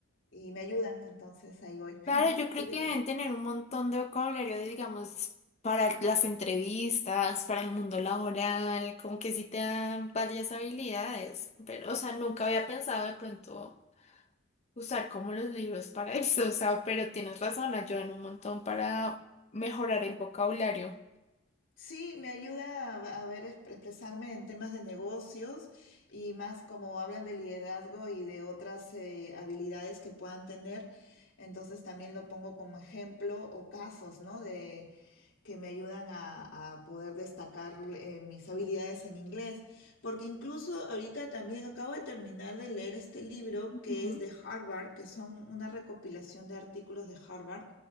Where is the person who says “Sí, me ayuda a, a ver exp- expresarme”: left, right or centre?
Left